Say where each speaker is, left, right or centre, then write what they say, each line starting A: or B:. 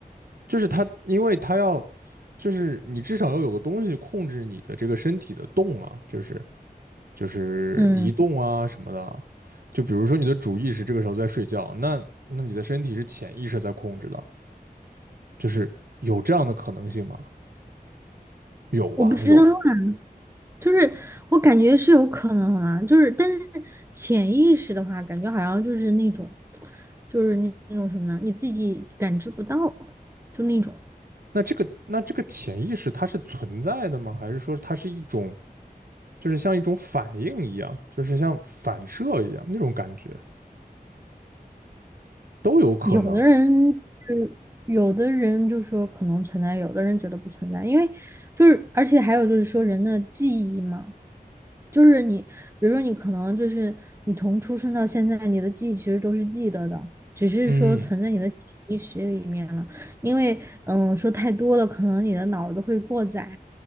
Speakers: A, on the right; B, on the right.
A: 就是它，因为它要，就是你至少要有个东西控制你的这个身体的动啊，就是。就是移动啊什么的。
B: 嗯，
A: 就比如说你的主意识这个时候在睡觉，那那你的身体是潜意识在控制的，就是有这样的可能性吗？有吧，
B: 我不知道啊，
A: 有。
B: 就是我感觉是有可能啊，就是但是潜意识的话，感觉好像就是那种，就是那那种什么呢？你自己感知不到，就那种。
A: 那这个那这个潜意识它是存在的吗？还是说它是一种就是像一种反应一样，就是像反射一样那种感觉都有可能。
B: 有的人就是有的人就说可能存在，有的人觉得不存在，因为就是而且还有就是说人的记忆嘛，就是你比如说你可能就是你从出生到现在，你的记忆其实都是记得的，只是说存在你的潜意识里面了，
A: 嗯，
B: 因为嗯说太多了，可能你的脑子会过载，